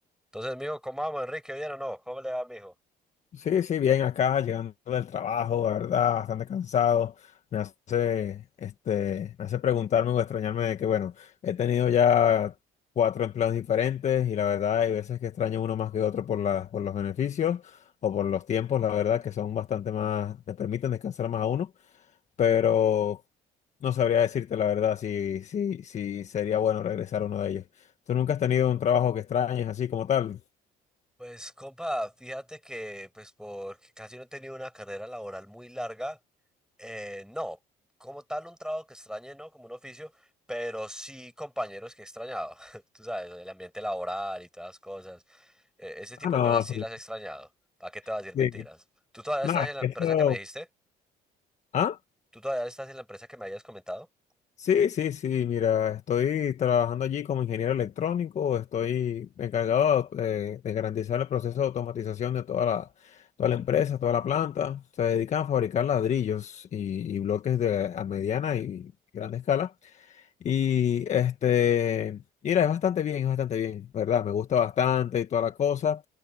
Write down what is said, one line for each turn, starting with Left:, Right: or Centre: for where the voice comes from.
Centre: Entonces, mijo, ¿cómo vamos, Enrique? ¿Bien o no? ¿Cómo le va, mijo?
Left: Sí, sí, bien acá, llegando del trabajo, la verdad, bastante cansado. Me hace, este, me hace preguntarme o extrañarme de que, bueno, he tenido ya cuatro empleos diferentes y la verdad hay veces que extraño uno más que otro por la, por los beneficios o por los tiempos, la verdad, que son bastante más, te permiten descansar más a uno, pero no sabría decirte la verdad si, si, si sería bueno regresar a uno de ellos. ¿Tú nunca has tenido un trabajo que extrañes así como tal?
Centre: Pues compa, fíjate que pues porque casi no he tenido una carrera laboral muy larga, eh, no, como tal un trabajo que extrañe, ¿no? Como un oficio, pero sí compañeros que he extrañado, <laughs> tú sabes, el ambiente laboral y todas las cosas, eh, ese tipo
Left: Ah, no,
Centre: de cosas sí
Left: sí.
Centre: las he extrañado, ¿para qué te vas a decir
Left: Sí.
Centre: mentiras? ¿Tú todavía
Left: No,
Centre: estás
Left: es
Centre: en la
Left: que
Centre: empresa
Left: eso.
Centre: que me dijiste?
Left: Ah,
Centre: ¿Tú todavía estás en la empresa que me habías comentado?
Left: sí, sí, sí, mira, estoy trabajando allí como ingeniero electrónico, estoy encargado eh, de garantizar el proceso de automatización de toda la, toda la empresa, toda la planta. Se dedican a fabricar ladrillos y, y bloques de, a mediana y grande escala. Y este, mira, es bastante bien, es bastante bien, ¿verdad? Me gusta bastante y toda la cosa,